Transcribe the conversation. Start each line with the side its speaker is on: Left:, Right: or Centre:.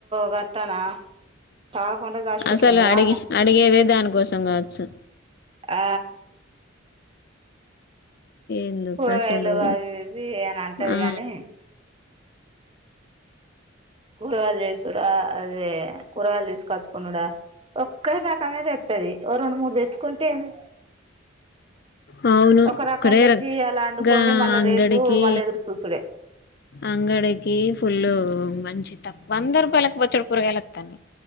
Right: గట్టనా తాగకుండా దాసి పెట్టుకుంటదా
Left: అసలు అడిగి
Right: ఆమె
Left: అడిగేదే దానికోసం కావచ్చు
Right: ఆ
Left: ఎందుకు
Right: కూరగాయలు
Left: అసలు
Right: అవి ఇవి అని అంటది
Left: ఆ
Right: కాని కూరగాయలు చేసుడా అదే కూరగాయలు తీసుకొచ్చుకునుడా ఒక్క రకం తెత్తది ఓ రెండు మూడు తెచ్చుకుంటే ఏంది
Left: ఆ అవును
Right: ఒక
Left: అక్కడే
Right: రకం తెచ్చి ఇయాల అండుకొని
Left: గా
Right: మళ్ళా
Left: అంగడికి
Right: రేపు మళ్ళా ఎదురు చూసుడే
Left: అంగడికి ఫుల్ మంచి తక్కువ వంద రూపాయలకు బొచ్చడు కూరగాయలు వత్తాన్నయి